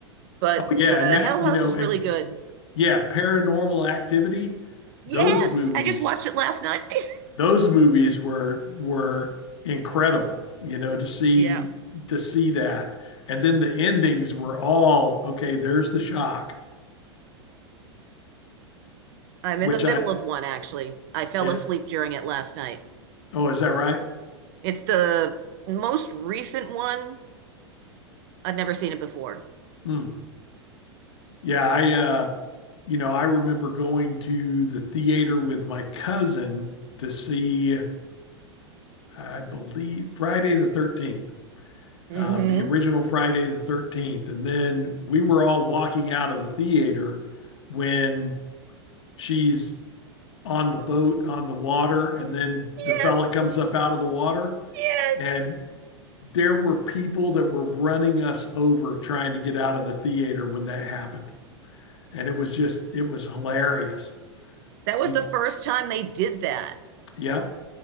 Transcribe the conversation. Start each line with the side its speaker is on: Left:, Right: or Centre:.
Right: But
Left: oh yeah
Right: the
Left: and that
Right: Hell
Left: you
Right: House
Left: know
Right: is
Left: and
Right: really good.
Left: yeah paranormal activity
Right: Yes,
Left: those movies
Right: I just watched it last night. <laughs>
Left: those movies were were incredible you know to see
Right: Yeah,
Left: to see that and then the endings were all okay there's the shock
Right: I'm
Left: which
Right: in the middle
Left: i
Right: of one actually. I fell
Left: yeah
Right: asleep during it last night.
Left: oh is that right
Right: It's the most recent one. I'd never seen it before.
Left: Hmm. yeah i uh you know i remember going to the theater with my cousin to see i believe friday the 13th
Right: Mm-hmm.
Left: um, the original friday the 13th and then we were all walking out of the theater when she's on the boat on the water and then the fella
Right: Yes,
Left: comes up out of the water
Right: yes.
Left: and there were people that were running us over trying to get out of the theater when that happened and it was just it was hilarious
Right: That was
Left: we
Right: the first time they did that.
Left: yep